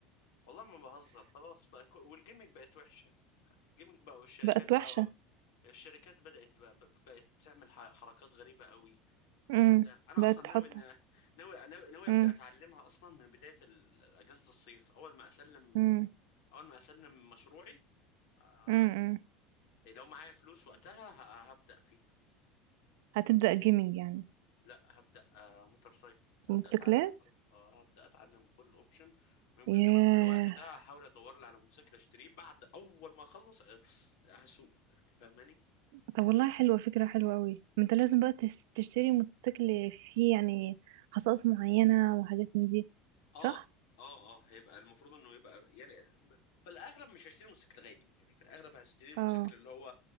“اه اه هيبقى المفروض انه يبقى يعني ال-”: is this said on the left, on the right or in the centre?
Left